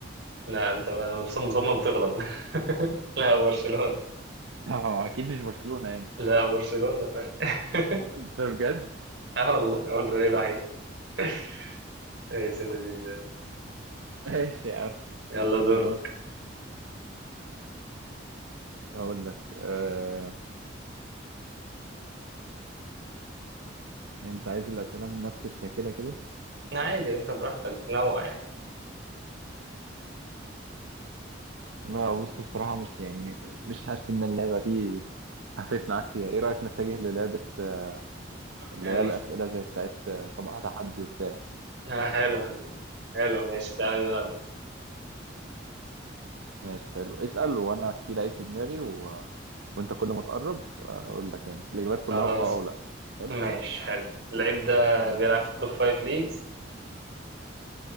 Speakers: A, on the right; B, on the right.
A: لا أنت مصمم مصمم تغلط <laughs> لا برشلونة
B: <laughs> لا، هو اكيد مش برشلونه يعني
A: لا برشلونة فعلا <laughs>
B: ده بجد
A: اه والله هو الفريق الوحيد <laughs> ايش اللذيذ ده؟
B: ماشي يا عم
A: يلا دور
B: خلاص هقول لك آه... انت عايز الاسئله من نفس الشاكله كده
A: عادي يا باشا، براحتك نوع يعني
B: انا بص بصراحه مش يعني مش حاسس ان اللعبه دي هفت معاك فيها ايه رايك نتجه للعبه آه، اللي
A: يعني
B: هي الاسئله زي بتاعت آه، صباح تحدي وبتاع
A: آه حلو حلو ماشي تعالى نلعب ده
B: ماشي حلو اسال وانا في لعيب في دماغي و... وانت كل ما تقرب آه، اقول لك يعني الاجابات
A: خلاص
B: كلها باه او لا حلو
A: ماشي حلو اللعيب ده
B: حلو
A: بيلعب في التوب فايف
B: اسال
A: ليجز
B: يلا